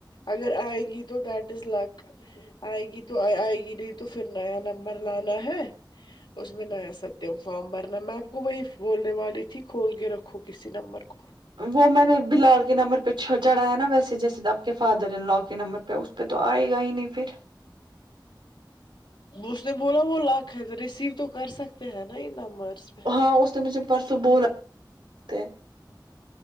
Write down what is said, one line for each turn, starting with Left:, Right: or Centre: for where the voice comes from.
Left: اگر آئے گی تو دیٹ از لک آئے گی تو تو آئے گی نہیں تو پھر نیا نمبر لانا ہے اس میں نیا ستم فارم بھرنا میں آپ کو وہی بولنے والی تھی کھول کے رکھو کسی نمبر کو
Right: وہ میں نے بلال کے نمبر پہ چھڑ چڑھایا نا ویسے جیسے تھا کہ فادر ان لا کے نمبر پہ اس پہ تو آئے گا ہی نہیں پھر
Left: اس نے بولا وہ لاک ہے تو ریسیو تو کر سکتے ہیں نا ان نمبرس پہ
Right: اس نے مجھے پرسوں بولا کہ